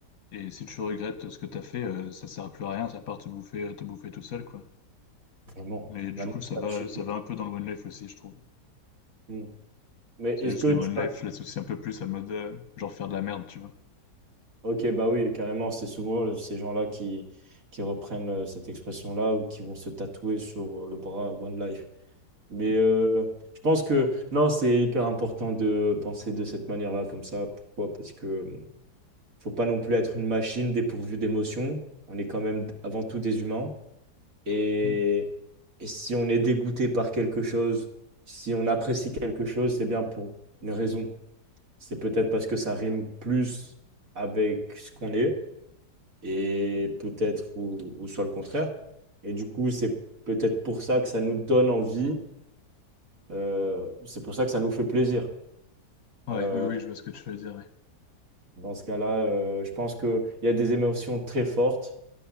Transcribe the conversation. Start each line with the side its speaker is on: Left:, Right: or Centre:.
Left: Et si tu regrettes ce que t'as fait, euh, ça sert à plus à rien, ça part te bouffer, te bouffer tout seul, quoi.
Right: vraiment.
Left: Mais du
Right: La
Left: coup,
Right: nostalgie.
Left: ça va,
Right: tout-
Left: ça va un peu dans le one life aussi, je trouve.
Right: Hmm. Mais
Left: C'est
Right: est-ce
Left: juste
Right: que
Left: le
Right: tu
Left: one
Right: passes...
Left: life, je l'associe un peu plus à mode, euh, genre faire de la merde, tu vois.
Right: Ok, bah oui, carrément. C'est souvent euh, ces gens-là qui, qui reprennent euh, cette expression-là ou qui vont se tatouer sur euh, le bras One Life. Mais
Left: Mm,
Right: euh, je pense que non, c'est hyper important de penser de cette manière-là, comme ça. Pourquoi? Parce que faut pas non plus être une machine dépourvue d'émotions. On est quand même avant tout des humains. Et,
Left: mm.
Right: et si on est dégoûté par quelque chose, si on apprécie quelque chose, c'est bien pour une raison. C'est peut-être parce que ça rime plus avec ce qu'on est et peut-être ou, ou soit le contraire. Et du coup, c'est peut-être pour ça que ça nous donne envie. euh, c'est pour ça que ça nous fait plaisir.
Left: Ouais,
Right: Euh,
Left: oui, oui, je vois ce que tu veux dire, ouais.
Right: dans ce cas-là, euh, je pense qu'il y a des émotions très fortes